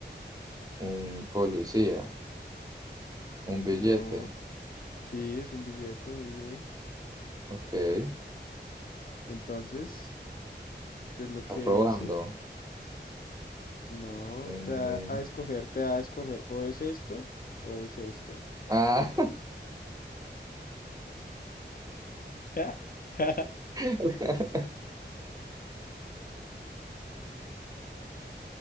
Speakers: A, on the right; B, on the left.
A: un policía. Un billete.
B: No. Sí, es un billete, muy bien.
A: Ok, estás
B: Entonces, ¿qué es lo que
A: robando.
B: dice? No,
A: Eh,
B: te da a escoger, te da a escoger. O es esto o es esto.
A: Ah.
B: <laughs>
A: <laughs>